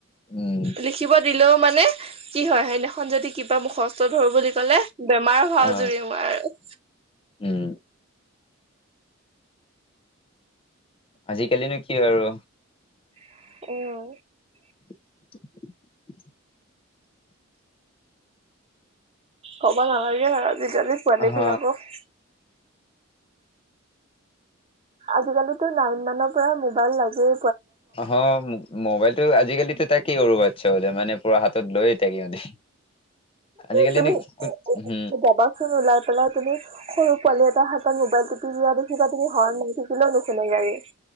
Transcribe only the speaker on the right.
লিখিব দিলেও মানে কি হয় সেইদিনাখন যদি, কিবা মুখস্থ ধৰো বুলি ক'লে বেমাৰ ভাও
জুৰি মই আৰু
অ
ক'ব নালাগে আৰু আজিকালি পোৱালি
বিলাকক। আজিকালিতো নাইন মানৰ পৰা মোবাইল লাগে।
তুমি
কবলাচোন ওলাই পেলা তুমি সৰু পোৱালী এটা হাতত মোবাইল টিপি দিয়া দেখিবা তুমি হৰ দি থাকিলেও নুশুুনে গাড়ী